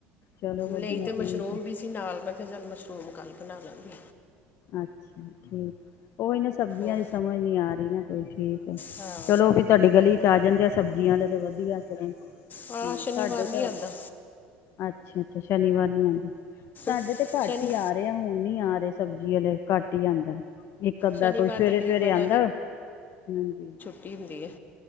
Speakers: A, on the left; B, on the left.
A: ਚਲੋ ਵਧੀਆ
B: ਨਹੀਂ ਤੇ
A: ਠੀਕ
B: ਮਸ਼ਰੂਮ
A: ਹੈ
B: ਵੀ ਸੀ ਨਾਲ ਮੈਂ ਕਿਹਾ ਚੱਲ ਮਸ਼ਰੂਮ ਕੱਲ ਬਣਾ ਲੈਣਗੇ
A: ਅੱਛਾ ਠੀਕ ਉਹਨਾਂ ਸਬਜ਼ੀਆਂ
B: ਉਹ
A: ਦੀ ਸਮਝ ਨੀ ਆ ਰਹੀ ਨਾ ਕੋਈ ਠੀਕ
B: ਹਾਂ
A: ਚਲੋ ਵੀ ਤੁਹਾਡੀ ਗਲੀ ਚ ਆ ਜਾਂਦੇ ਆ ਸਬਜ਼ੀਆਂ ਵਾਲੇ ਤੇ ਵਧੀਆ ਹੂੰ
B: ਹਾਂ ਸ਼ਨੀਵਾਰ
A: ਸਾਡੇ
B: ਨਹੀਂੀ
A: ਤੇ
B: ਆਉਂਦਾ
A: ਅੱਛਾ ਅੱਛਾ ਸ਼ਨੀਵਾਰ ਨੀ ਆਦੇ ਸਾਡੇ
B: ਸ਼ਨੀ
A: ਤੇ ਘੱਟ ਹੀ ਯਾਰ ਹੁਣ ਨੀ ਆ ਰਹੇ ਸਬਜ਼ੀ ਵਾਲਲੇ ਘੱਟ ਹੀ ਜਾਂਦਾ ਇੱਕ ਅੱਧਾ
B: ਸ਼ਨੀਵਾਰ
A: ਕੋਈ ਸਵੇਰੇ
B: ਤਕਰੀਬਨ
A: ਸਵੇਰੇ ਆਉਂਦਾ ਹਾਂਜੀ
B: ਰੁੱਟੀ ਹਦੀ ਹੈ